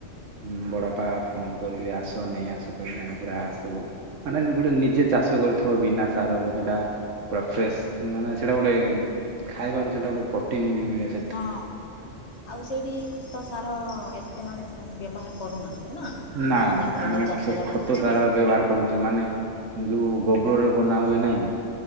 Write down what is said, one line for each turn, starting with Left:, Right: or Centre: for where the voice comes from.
Right: ହୁଁ ବଡ଼ପା ଫୋନ୍ କରିବେ ଆସ ନେଇ ଆସ କହିଲେ ଆମେ ପୁରା ଆସିବୁ। ମାନେ ଗୋଟେ ନିଜେ ଚାଷ କରୁଥିବ ବିନା ସାରରେ ସେଟା। ପୁରା ଫ୍ରେସ୍ ମାନେ ସେଇଟା ଗୋଟେ ଖାଇବାର ସେଟା ଗୋଟେ ପ୍ରୋଟିନ ବି ମିଳେ ସେ
Left: ହିଁ ଆଉ ସେଇଠି ଖତ ସାର ଏତେ ମାନେ ସେ ବ୍ୟବହାର କରୁନାହାନ୍ତି ନା।
Right: ନା
Left: ଗାଁ
Right: ନା
Left: ଯାକର
Right: ସେମାନେ
Left: ଯେଉଁ ଚାଷ
Right: ସେ
Left: ଯାକ
Right: ଖତ
Left: ହେଉଛି
Right: ସାର ବ୍ୟବହା କରନ୍ତିନି ମାନେ ଯୋଉ ଗୋବରରେ ବନା ହୁଏ ନାହିକି?